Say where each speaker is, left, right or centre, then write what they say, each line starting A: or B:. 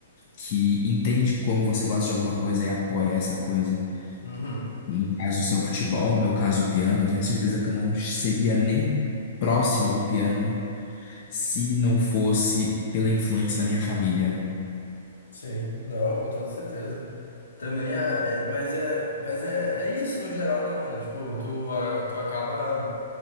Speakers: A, on the left; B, on the left.
A: que entende como você gosta de alguma coisa e apoia essa coisa.
B: Uhum.
A: No caso, o seu futebol, no meu caso, o piano, eu tenho certeza que eu não seria nem próximo do piano se não fosse pela influência da minha família.
B: Sim, não, com toda certeza. Também é, é- mas é, mas é, é isso no geral, né, mano? Tipo, tu, a- tu acaba